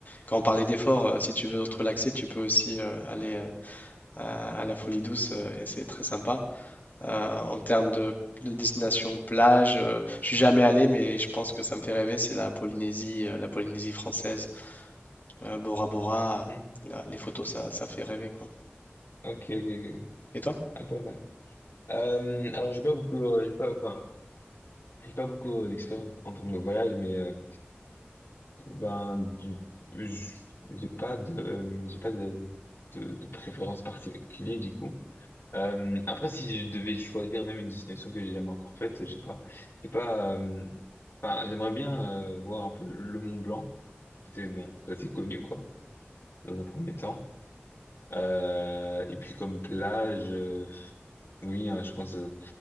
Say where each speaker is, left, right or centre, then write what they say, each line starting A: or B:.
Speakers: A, on the left; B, on the left.
A: quand on parlait d'effort, euh, si tu veux te relaxer, tu peux aussi euh, aller euh, à, à la folie douce euh, et c'est très sympa euh, en termes de, de destination plage. euh, je suis
B: Mhm.
A: jamais allé, mais je pense que ça me fait rêver. C'est la Polynésie, euh, la Polynésie française, euh, Bora Bora.
B: Mhm.
A: euh, la- les photos, ça, ça fait rêver, quoi.
B: Ok, ok, ok.
A: Et toi?
B: Ah, pas mal. Euh, alors, j'ai pas beaucoup, euh, j'ai pas, enfin, j'ai pas beaucoup d'expérience en termes de voyage, mais euh, ben, du, j- j'ai pas de, euh, j'ai pas de, de, de préférence particulière du coup. Euh, après, si je devais choisir même une destination que j'ai jamais encore faite, je sais pas, j'ai pas. euh, Enfin, j'aimerais bien euh, voir un peu le Mont Blanc. C'est bon, ça c'est connu quoi. dans un premier temps. Euh, et puis comme plage, euh, oui, hein, je pense euh,